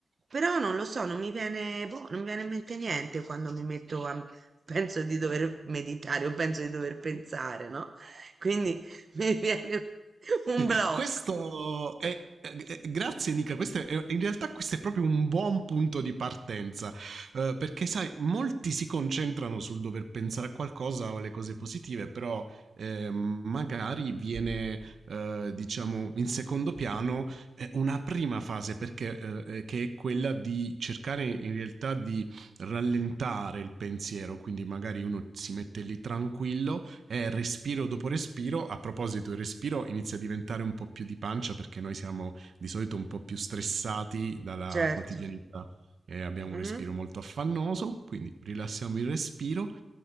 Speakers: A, on the right; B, on the right.
A: però non lo so, non mi viene, boh, non mi viene in mente niente quando mi metto a... Penso di dover meditare o penso di dover pensare, no? Quindi <laughs> mi viene un
B: <laughs>
A: blocco.
B: Questo
A: Eh,
B: è, eh, eh, grazie Nica, questo è, in realtà questo è proprio un buon punto di partenza, eh, perché sai, molti si concentrano sul dover pensare a qualcosa o alle cose positive, però eh, magari viene, eh, diciamo, in secondo piano eh, una prima fase, perché, eh, eh, che è quella di cercare in realtà di rallentare il pensiero, quindi magari uno si mette lì tranquillo è respiro dopo respiro. A proposito, il respiro inizia a diventare un po' più di pancia perché noi siamo di solito un po' più stressati dalla
A: Certo.
B: quotidianità e abbiamo
A: Mhm.
B: un respiro molto affannoso, quindi rilassiamo il respiro